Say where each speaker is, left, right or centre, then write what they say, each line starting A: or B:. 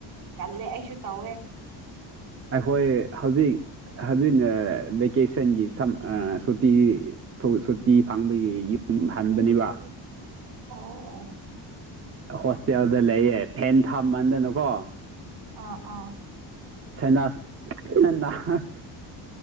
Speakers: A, on the right (about 65°); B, on the right (about 30°).
A: ꯀꯜꯂꯦ ꯑꯩꯁꯨ ꯇꯧꯋꯦ꯫
B: ꯑꯩꯈꯣꯏ ꯍꯧꯖꯤꯛ ꯍꯧꯖꯤꯛꯅ ꯚꯦꯀꯦꯁꯟꯒꯤ ꯁꯝ ꯑ ꯁꯨꯇꯤ ꯊꯨ ꯁꯨꯇꯤ ꯐꯪꯕꯒꯤ ꯌꯨꯝ ꯍꯟꯕꯅꯦꯕ
A: ꯑꯣ
B: ꯍꯣꯁꯇꯦꯜꯗ
A: ꯎꯝ
B: ꯂꯩꯌꯦ ꯐꯦꯟ ꯊꯝꯃꯥꯟꯗꯅꯀꯣ
A: ꯑꯥ ꯑꯥ
B: ꯁꯅꯥꯁ ꯀꯟꯅ ꯅ